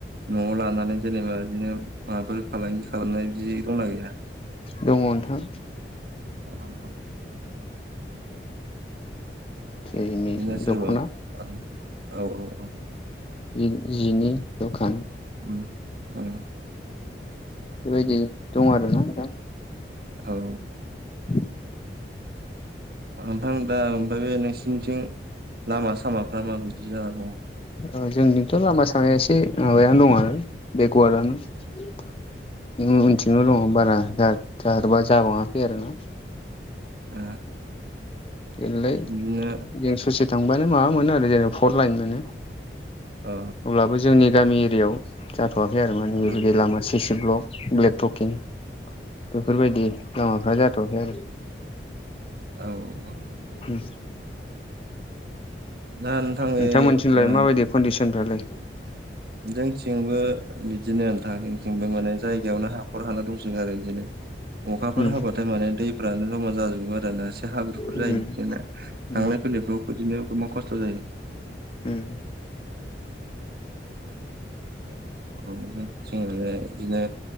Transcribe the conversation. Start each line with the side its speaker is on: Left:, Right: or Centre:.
Right: न'आव लानानै जेनेबा बिदिनो माबाफोर फालांगि खालामनाय बिदि दंना गैया?
Left: दङ नोंथां
Right: <inaudible>
Left: जेरै
Right: बिदिनो
Left: नै
Right: सोरबा
Left: दख'ना
Right: औ औ औ औ,
Left: इन जिनि दखान
Right: <unintelligible>
Left: बेबायदि दं आरो ना दा?
Right: औ
Left: <inaudible>
Right: ओ नोंथां दा ओमफ्राय बे नोंसोरनिथिं लामा-सामाफ्रा माबायदि? जाना दङ
Left: औ जोंजोंथ' लामा सामाया एसे एसे माबायानो दं बे गुवारानो उनथिंनो दं। बारा जाथारबा जाबावाखै आरो ना?
Right: ओ
Left: एलाय
Right: बिदिनो
Left: ससे थांबानो माबा मोनो आरो जेनबा फर लाइन मोनो।
Right: ओ
Left: अब्लाबो जोंनि गामि एरियायाव जाथ'वाखै आरो माने
Right: ओ
Left: बेबायदि लामा सिसि ब्लक-ब्लेबटकिं बेफोरबायदि लामाफ्रा जाथ'वाखै आरो,
Right: औ औ
Left: उम
Right: दा नोंथां बे
Left: नोंथांमोनथिंलाय
Right: ओ
Left: माबायदि कन्डिसन फ्रालाय
Right: जोंथिंबो बिदिनो नोंथां जोंथिंबो माने जायगायावनो हा हाखर हाला दंसो गारो‌ बिदिनो अखाफोर
Left: उम
Right: हाबाथाय माने दैफ्रानो जमा जाजोबो आरो ना हाब्रुफोर
Left: उम
Right: जायो जेना थांलाय
Left: उम
Right: फैलायफ्राव बिदिनो गोबां खस्थ' जायो
Left: उम
Right: औ उम जों‌ बिदिनो